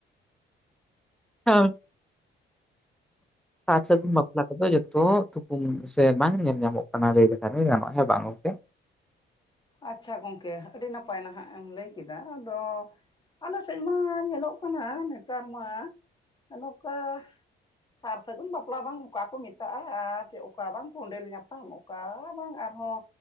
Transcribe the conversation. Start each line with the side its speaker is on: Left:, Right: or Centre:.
Centre: <unintelligible> ᱥᱟᱨ ᱥᱟᱹᱜᱩᱱ ᱵᱟᱯᱞᱟ ᱠᱚᱫᱚ ᱡᱚᱛᱚ ᱛᱩᱠᱩᱢ ᱥᱮ ᱵᱟᱝ ᱧᱮᱞᱚᱜ-ᱟ ᱧᱟᱢᱚᱜ ᱠᱟᱱᱟ ᱞᱟᱹᱭ ᱞᱮᱠᱷᱟᱱᱤ ᱜᱟᱱᱚᱜ-ᱟ ᱦᱮᱸ ᱵᱟᱝ ᱜᱚᱝᱠᱮ
Left: ᱟᱪᱪᱷᱟ ᱜᱚᱝᱠᱮ ᱟᱹᱰᱤ ᱱᱟᱯᱟᱭ ᱱᱟᱦᱟᱜ ᱮᱢ ᱞᱟᱹᱭ ᱠᱮᱫᱟ ᱟᱫᱚ ᱟᱞᱮ ᱥᱮᱫ ᱢᱟ ᱧᱮᱞᱚᱜ ᱠᱟᱱᱟ ᱱᱮᱛᱟᱨ ᱢᱟ ᱱᱚᱝᱠᱟ ᱥᱟᱨ ᱥᱟᱹᱜᱩᱱ ᱵᱟᱯᱞᱟ ᱵᱟᱝ ᱚᱠᱟ ᱠᱚ ᱢᱮᱛᱟᱜ-ᱟ ᱟᱨ ᱚᱠᱟ ᱵᱟᱝ ᱠᱚᱸᱰᱮᱞ ᱧᱟᱯᱟᱢᱚᱜ ᱠᱟᱱᱟ ᱚᱱᱠᱟ ᱵᱟᱝ ᱟᱨᱦᱚᱸ